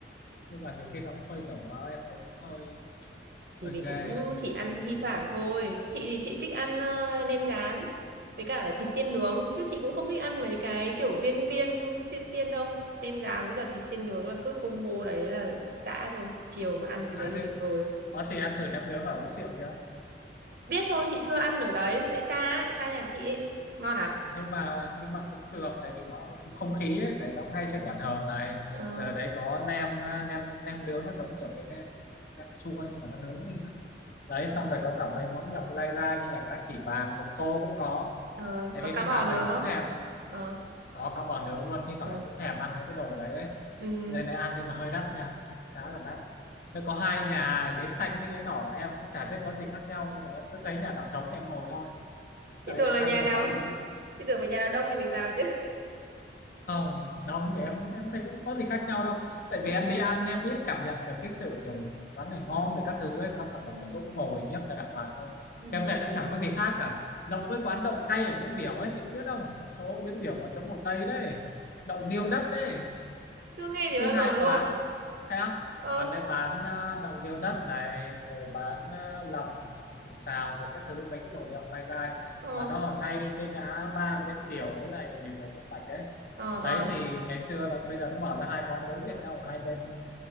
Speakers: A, on the left; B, on the right.
A: nhưng mà nhiều khi nó cũng hơi rồng mỡ em thấy cũng hơi
B: thì
A: hơi
B: mình
A: ghê
B: cũng chỉ
A: thấy
B: ăn
A: hơi
B: thi
A: nổi
B: thoảng
A: mỡ
B: thôi chị thì chị thích ăn ờ, nem rán với cả thịt xiên nướng chứ chị cũng không thích ăn mấy cái kiểu viên viên xiên xiên đâu nem rán với cả thịt xiên nướng là cứ combo đấy là dã thôi chiều mà ăn cái đấy
A: à
B: thì
A: thế
B: tuyệt vời
A: có chị ăn thử nem nướng ở Ấu Triệu chưa
B: biết thôi chị chưa ăn ở đấy tại xa ấy, xa nhà chị ấy. ngon à
A: nhưng mà nhưng mà cũng được tại vì nó cũng không khí ấy, tại nó ngay
B: ừ.
A: trên nhà thờ này
B: Ờ,
A: giờ đấy có nem à, nem nem nướng nó giống kiểu cái nem nem chua nhưng mà nó nướng lên đó đấy xong rồi có cả mấy món nhậu lai dai như là cá chỉ vàng mực khô cũng có
B: ờ,
A: tại
B: có
A: vì
B: cá
A: thi
B: bò
A: thoảng
B: nướng
A: là em
B: không
A: cũng thèm
B: ờ
A: có cá bò nướng luôn thi
B: ừ.
A: thoảng em cũng thèm ăn mấy cái đồ đấy đấy
B: ừ.
A: lên đây ăn nhưng mà hơi đắt nha khá là đắt nó có hai nhà ghế xanh với ghế đỏ em cũng chả biết có gì khác nhau nhưng mà em cứ thấy nhà nào trống thì em ngồi thôi
B: chị
A: đấy
B: tưởng
A: ăn
B: là nhà nào
A: ở đấy thì
B: chị tưởng là nhà nào đông thì mình vào chứ <laughs>
A: không đông thì em em thấy cũng có gì khác nhau đâu tại
B: ừ.
A: vì em đi ăn em ít cảm nhận được cái sự kiểu quán này ngon về các thứ ấy quan trọng
B: Ừ.
A: là có chỗ ngồi nhấp đàng hoàng thôi Chứ
B: Ừ.
A: em thấy cũng chẳng có gì khác cả giống với quán đậu cay ở Nguyễn Biểu ấy chị có biết không ở chỗ Nguyễn Biểu mà chỗ Hồ Tây đấy đậu niêu đất đấy
B: chưa nghe gì
A: cứ
B: bao
A: hai
B: giờ luôn
A: quán thấy không
B: ơ
A: quán đây bán à, đậu niêu đất này rồi bán uh, lòng xào rồi các thứ mấy cái đồ nhậu lai gai
B: ờ
A: mà nó ở ngay cái ngã ba Nguyễn Biểu với lại Hồ Trúc Bạch ấy
B: ờ ờ
A: đấy thì ngày xưa là bây giờ nó mở ra hai quán đối diện nhau ở hai bên luôn